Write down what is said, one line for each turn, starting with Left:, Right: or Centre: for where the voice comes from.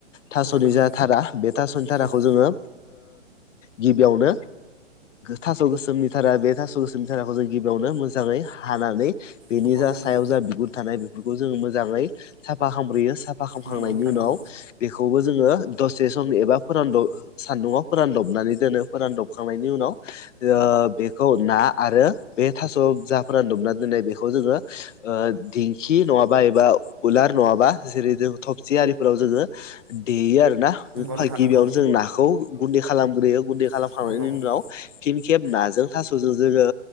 Left: थास'नि
Right: नंगौ
Left: जा धारा बे थास'नि धाराखौ
Right: नंगौ
Left: जोंङो गिबियावनो। थास' गोसोमनि थारा बे थास' गोसोमनि थाराखौ जों गिबियावनो मोजांङै हानानै। बेनि
Right: नोंथां
Left: जा
Right: नंगौ
Left: सायाव जा बिगुर थानाय बेफोरखौ जोंङो मोजांङै साफा खामब्रयो साफा खालामखांनायनि
Right: नोंथां
Left: उनाव
Right: नंगौ नंगौ
Left: बेखौ खौबो जोंङो दसे समनि एबा फोरानदब सान्दुंङाव फोरानदबनानै दोनो फोरानदबखांनायनि उनाव। बेखौ ना आरो बे थास' जाफोरा दुमना दोननाय बेखौ जोंङो ओ दिेंखि नंङाबा एबा उलार नङाबा जेरै जों थबसि आरिफोराव जोंङो देयो आरो ना गिबियावनो
Right: नोंथां नंगौ
Left: जों नाखौ गुन्दै खालामग्रोयो गुन्दै खालामखांनायनि
Right: नंगौ
Left: उनाव फिन खेब नाजों थास'जों जोंङो